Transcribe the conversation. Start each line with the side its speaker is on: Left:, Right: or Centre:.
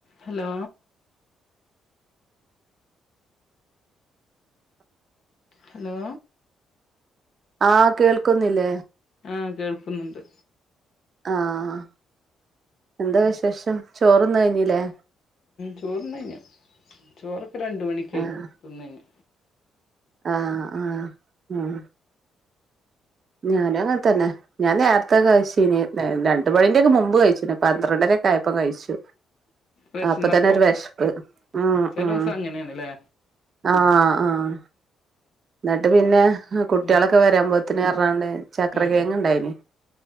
Left: Hello hello
Right: ആഹഹ് കേൾക്കുന്നില്ലേ
Left: ആഹ് കേൾക്കുന്നുണ്ട്
Right: ആഹ് എന്താ വിശേഷം ചോറ് തിന്ന് കഴിഞ്ഞിലേ
Left: ചോറു തിന്നു കഴിഞ്ഞു ചോറൊക്കെ രണ്ട് മണിക്കഴ്
Right: ആഹ്
Left: തിന്നഴ്ഞ്ഞു
Right: ആഹ് ആഹ് ഉം ഞാനും അങ്ങൻത്തന്നെ ഞാൻ നേരത്തെ കഴ്ച്ചീനീ രണ്ട് മണിന്റ മുമ്പ് കഴിച്ച്ണ് പന്ത്രണ്ടരക്കായ <unintelligible> പ്പ കഴിച്ചു
Left: വിശന്നപ്പോ
Right: അപ്പൊത്തന്നെ ഒരു വെശ്പ്പ് ഉം
Left: ചില
Right: ഉം
Left: ദിവസം അങ്ങനെയാണ്ല്ലേ
Right: ആഹ് ആഹ് ന്നട്ട് പിന്നെ കുട്ട്യാളൊക്കെ
Left: ഉം
Right: വരാൻമ്പോത്ത <unintelligible> ചക്ര
Left: ഉം
Right: കേങ്ങ്ണ്ടായിനി